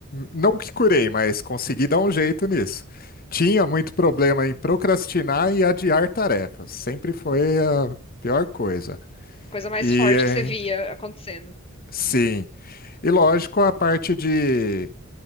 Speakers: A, on the left; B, on the left.
A: não que curei, mas consegui dar um jeito nisso. Tinha muito problema em procrastinar e adiar tarefas, sempre foi a pior coisa.
B: A coisa mais
A: E
B: forte
A: eh,
B: que você via acontecendo.
A: sim, e lógico a parte de